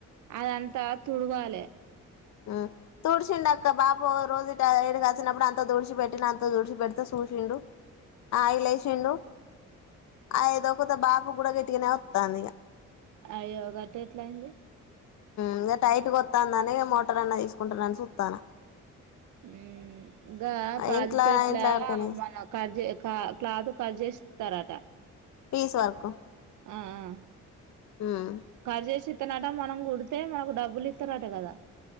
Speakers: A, on the right; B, on the left.
A: అదంతా తుడవాలే
B: ఆ తుడిసిండు అక్క బాప రోజు ఏడు కాసినప్పుడు అంత తుడిచి పెెటి అంత దుడిచి పెడితే చూసిండు ఆ ఇలేసిిండు ఆ ఏదో ఒక బాబు కూడా గట్టుకనే వస్తాంది ఇక
A: అ యో గాటు ఎట్లాయింది
B: ఇంకా టైట్గా వస్తాందని మోటార్ అన్నా తీసుకుంటానని చూతాన
A: ఆ ఇకా కాజుపేటల
B: ఇంట్లా ఇంట్ల వరకనే
A: మనం కట్జ క్లాత్ కట్ చేేసి తారంట
B: పీస్ వర్కు
A: ఆ ఆ
B: ఉమ్
A: కట్ చేసి ఇత్తనట మనం కుడితే మనకు డబ్బులు ఇస్తారట కదా